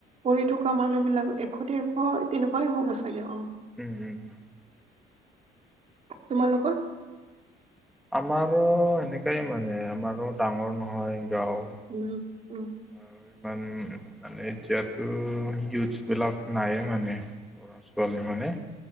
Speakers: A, on the right; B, in the centre.
A: কৰি থকা মানুহবিলাক এশ দেৰশ তেনেকুৱাই হ'ব চাগে অ,
B: উম, উম, উম।
A: তোমালোকৰ?
B: আমাৰো এনেকাই মানে, আমাৰো ডাঙৰ নহয় গাঁও।
A: উম, উম।
B: আৰু ইমান মানে এতিয়াতো ইউথছবিলাক নাইয়ে মানে। ল'ৰা-ছোৱালী মানে,